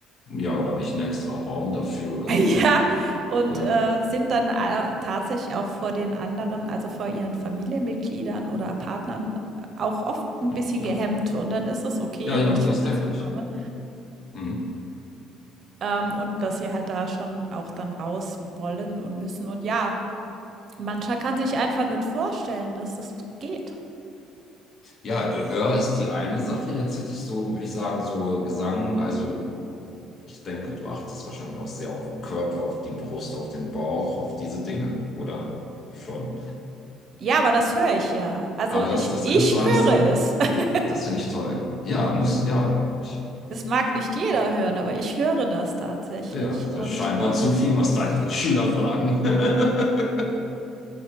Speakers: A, on the left; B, on the right.
A: ja, oder nicht einen extra Raum dafür
B: <laughs>
A: oder
B: Ja,
A: so, ne?
B: und,
A: Ja,
B: äh, sind dann, äh, tatsächlich auch vor den anderen, also, vor ihren Familienmitgliedern oder Partnern äh, auch oft ein
A: ja,
B: bisschen
A: ja,
B: gehemmt. Und dann ist es okay,
A: ja,
B: in
A: ja,
B: die Schule
A: das denke
B: zu kommen,
A: ich. Hm.
B: ähm, und dass sie halt da schon auch dann raus wollen und müssen. Und ja, mancher kann sich einfach nicht vorstellen, dass das geht.
A: Ja, Gehör ist die eine Sache. Jetzt hätte ich so, würde ich sagen, so Gesang. Also ich denke, du achtest wahrscheinlich auch sehr auf den Körper, auf die Brust, auf den Bauch, auf diese Dinge, oder schon?
B: Ja, aber das höre ich ja. Also,
A: Aber
B: ich
A: das, das
B: ich
A: kriegst du alles
B: höre
A: dann.
B: es. <laughs>
A: Das finde ich toll. Ja, muss, ja, hab ich.
B: Es mag nicht jeder hören, aber ich höre das tatsächlich
A: Ja, das
B: und,
A: ist scheinbar
B: äh,
A: zu viel, was deine <laughs> Schüler sagen. <laughs>